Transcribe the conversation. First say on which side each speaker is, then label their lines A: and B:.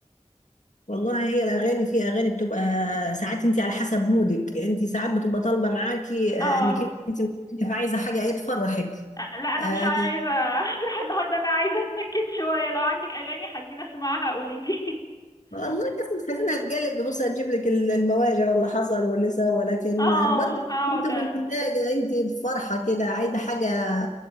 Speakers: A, on the left (about 75°); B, on the left (about 30°).
A: والله هي الأغاني في أغاني بتبقى ساعات أنت على حسب مودك أنت ساعات بتبقى طالبة معاكي
B: اه
A: آه، إنك أنت عايزة حاجة إيه تفرحك
B: لا انا
A: آه،
B: مش عايزه <laughs> افرح النهارده انا عايزه اتنكد شويه لو عندك اغاني حزينه اسمعها قوليلي
A: والله الناس الحزينة هتجلب بص هتجيب لك ال- المواجع واللي حصل واللي سوى ولكن
B: <laughs> اه
A: برضه
B: هقعد
A: بتبقي محتاجة أنت فرحة كده عايزة حاجة